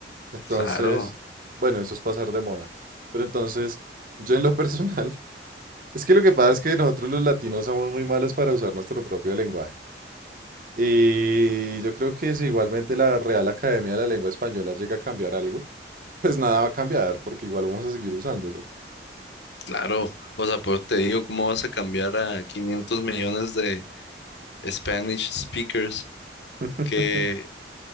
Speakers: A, on the right; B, on the left.
A: Entonces,
B: Claro.
A: bueno, eso es pasar de moda. Pero entonces, yo en lo personal, <laughs> es que lo que pasa es que nosotros los latinos somos muy malos para usar nuestro propio lenguaje. Y yo creo que si igualmente la Real Academia de la Lengua Española llega a cambiar algo, pues nada va a cambiar, porque igual vamos a seguir usándolo.
B: Claro, o sea, por te digo, ¿cómo vas a cambiar a 500 millones de Spanish speakers
A: <laughs>
B: que,